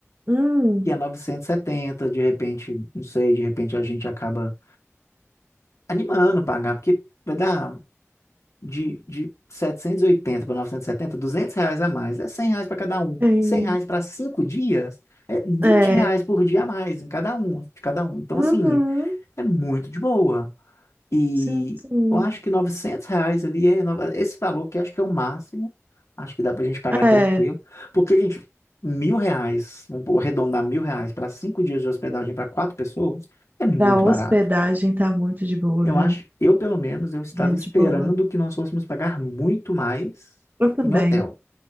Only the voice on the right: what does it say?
Hum.
Tem.
É.
Uhum.
Sim, sim.
É.
Pra hospedagem
tá muito de boa,
viu?
Bem
de boa.
Eu também.